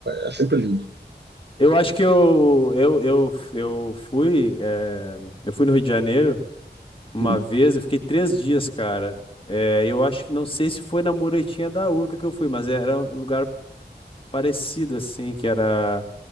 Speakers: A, on the right; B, on the left.
A: É sempre lindo.
B: Eu acho que eu, eu, eu, eu fui, eh, eu fui no Rio de Janeiro uma
A: Hum.
B: vez, eu fiquei três dias, cara. Eh, eu acho que não sei se foi na muretinha da Urca que eu fui, mas era um lugar parecido, assim, que era,